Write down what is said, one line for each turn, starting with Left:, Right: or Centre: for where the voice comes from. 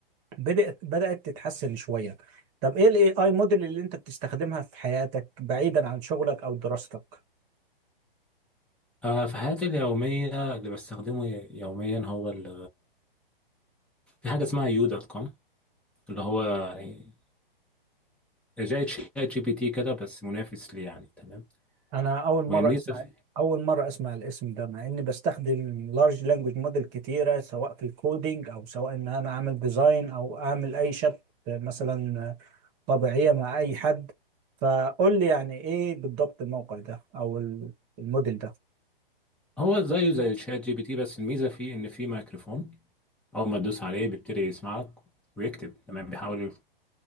Right: بدأت بدأت تتحسن شوية طب ايه الاي اي موديل اللي انت بتستخدمها في حياتك بعيدا عن شغلك او دراستك
Centre: آه في حياتي اليومية اللي بستخدمه يوميا هو ال- في حاجة اسمها يو دوت كوم اللي هو يعني زي شات جي بي تي كده بس منافس ليه يعني تمام
Right: انا اول مرة
Centre: والميزة
Right: اسمع
Centre: في
Right: اول مرة اسمع الاسم ده مع اني بستخدم لارج لانجوج موديل كتيرة سواء في الكودينج او سواء ان انا اعمل ديزاين او اعمل اي شات مثلا طبيعية مع اي حد فقول لي يعني ايه بالضبط الموقع ده او الموديل
Centre: هو زيه زي شات جي بي تي بس الميزه فيه ان فيه ميكروفون اول ما تدوس عليه بيبتدي يسمعك ويكتب تمام بيحول